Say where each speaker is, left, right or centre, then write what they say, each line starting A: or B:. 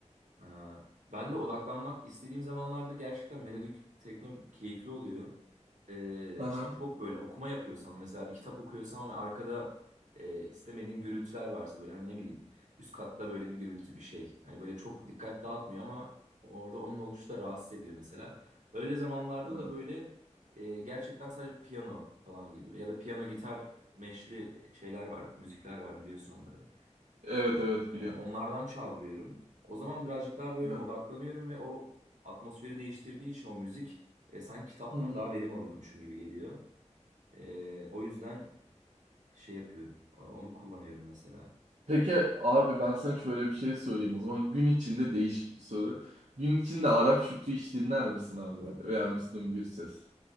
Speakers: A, on the right; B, on the right.
A: Ha. Ben de odaklanmak istediğim zamanlarda gerçekten melodik tekno keyifli oluyor. Ee,
B: Aha.
A: işte çok böyle okuma yapıyorsam mesela bir kitap okuyorsam ve arkada e, istemediğim gürültüler varsa böyle hani ne bileyim üst katta böyle bir gürültü bir şey. Hani böyle çok dikkat dağıtmıyor ama orada onun oluşu da rahatsız ediyor mesela. Öyle zamanlarda
B: Ha.
A: da böyle e, gerçekten sadece piyano falan gibi ya da piyano gitar meşli şeyler var müzikler var biliyorsun onları.
B: Evet evet
A: Ee,
B: biliyorum.
A: onlardan çaldırıyorum. O zaman birazcık daha böyle
B: Ha.
A: odaklanıyorum ve o atmosferi değiştirdiği için o müzik e, sanki kitaptan
B: Hı hı.
A: daha verim alıyormuşum gibi geliyor. Ee, o yüzden şey yapıyorum. e, Onu kullanıyorum mesela.
B: Peki abi ben sana şöyle bir şey söyleyeyim o zaman. Gün içinde değişik bir soru. Gün içinde Arap Şükrü hiç dinler misin abi? Veya Müslüm Gürses?